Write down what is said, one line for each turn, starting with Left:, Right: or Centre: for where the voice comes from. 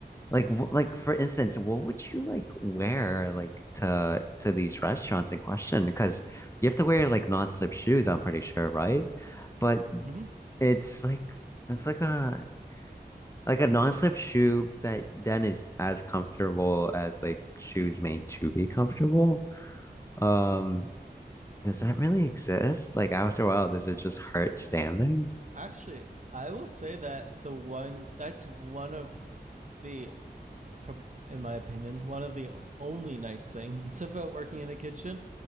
Left: like, wh- like for instance, what would you like wear like to to these restaurants in question? Because you have to wear like non-slip shoes, I'm pretty sure, right? But
Right: mm-hmm
Left: it's like it's like a like a non-slip shoe that then is as comfortable as like shoes made to be comfortable. Um, does that really exist? Like after a while, does it just hurt standing?
Right: actually I will say that the one that's one of the from in my opinion one of the only nice things <laughs> about working in a kitchen